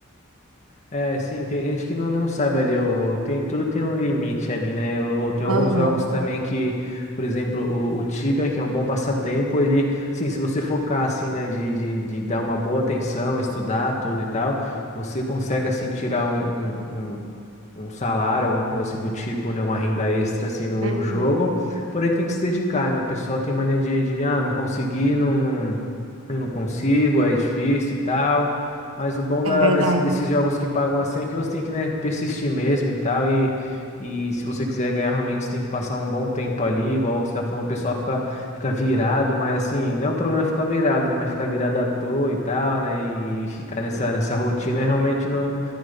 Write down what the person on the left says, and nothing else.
É, sim, tem gente que não, não sabe ali, o- tem, tudo tem um limite ali, né? Eu, eu- tem
alguns jogos também que, por exemplo, o, o Tibia, que é um bom passatempo, ele, sim, se você focar assim, né, de, de, de dar uma boa atenção, estudar tudo e tal, você consegue assim tirar um, um, um- um salário, alguma coisa assim do tipo, né, uma renda extra assim no,
no jogo, porém tem que se dedicar, né? O pessoal tem mania de, de ah, não consegui, não. Eu não consigo, é difícil e tal. Mas o bom da-
desse- desses jogos que pagam assim é que você tem que, né, persistir mesmo e tal. E, e se você quiser ganhar realmente, você tem que passar um bom tempo ali. Igual você tá falando, o pessoal fica, fica virado, mas assim, não é o problema ficar virado, né? Mas ficar virado à toa e tal, né? E ficar nessa,
nessa rotina realmente não,